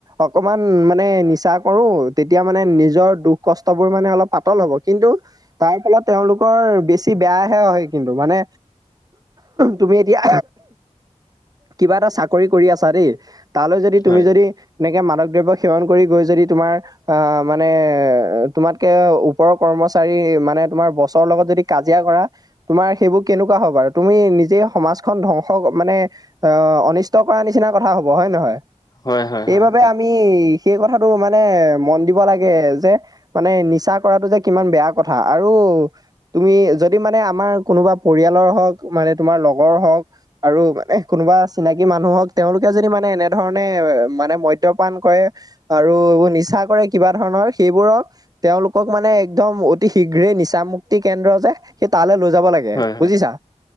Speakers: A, on the right; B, on the left.
A: অকমান মা ম নিচা কৰো তেতিয়া মানে নিজৰ দুখ কষ্ট বোৰ মানে অলপ পাতল হব কিন্তু তাৰ ফলত তেওঁলোকৰ বেছি বেয়াহে হয় কিন্তু মানে তুমি এতিয়া কিবা এটা চাকৰি কৰি আছা দেই তালৈ যদি তুমি
B: হয়
A: যদি এনেকে মানক দ্ৰৱ্য সেৱন কৰি গৈ য তোমাৰ মানে তোমাতকে উপৰিও কৰ্মচাৰী মানে তোমাৰ বছৰ লগত যদি কাজিয়া কৰা তোমাৰ সেইবোৰ কেনেকুৱা হ তুমি নিজে সমাজখন ধংস মানে অ অনিষ্ট কৰা নিচিনা কথা হ'ব হয় নহয়
B: হয় হয় হয়
A: এইবাবে আমি সেই কথাটো মানে মন দিব লাগে যে মানে নিচা কৰাতটো যে কিমান বেয়া কথা আৰু তুমি যদি মানে আমাৰ কোনোবা পৰিয়ালৰ হওক মানে তোমাৰ লগৰ হওক আৰু মানে কোনোবা চিনাকি মানুহ হওক তেওঁলোকে যদি মানে এনেধৰণে মানে মদ্যয়পান কৰে আৰু এইবোৰ নিচা কৰে কিবা ধৰণৰ সেইবোৰক তেওঁলোকক মানে একদম শীঘ্ৰেই নিচাম মুুক্তি কেন্দ্ৰ যে সি তালৈ লৈ যাব লাগে
B: হয়
A: বুজিছা
B: হয়